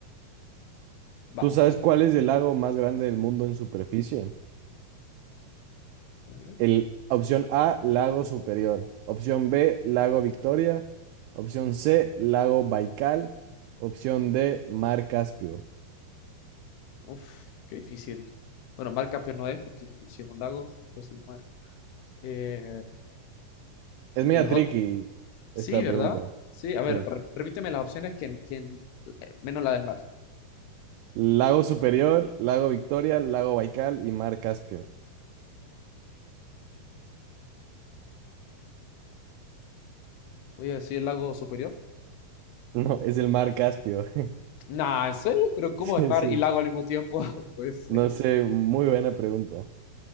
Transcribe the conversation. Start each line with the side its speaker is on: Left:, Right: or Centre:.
Left: Va,
Right: ¿Tú sabes
Left: bueno,
Right: cuál es el lago más grande del mundo en superficie?
Left: a ver.
Right: El, opción A, lago Superior. Opción B, lago Victoria. Opción C, lago Baikal. Opción D, mar Caspio.
Left: Uf, qué difícil. Bueno, mar campeón no es, porque si es un lago, puede ser un mar. Eh,
Right: Es media
Left: y los
Right: tricky
Left: otros.
Right: esta
Left: Sí, ¿verdad?
Right: pregunta.
Left: Sí, a ver,
Right: Sí.
Left: re- repíteme las opciones que, que- menos la del mar.
Right: Lago Superior, lago Victoria, lago Baikal y mar Caspio. <laughs>
Left: Voy a decir el lago superior.
Right: No, es el mar Caspio. <laughs>
Left: Nah, ¿en serio? ¿Pero cómo
Right: Sí,
Left: es mar
Right: sí.
Left: y lago al mismo tiempo? <laughs> No puede ser.
Right: No sé, muy buena pregunta.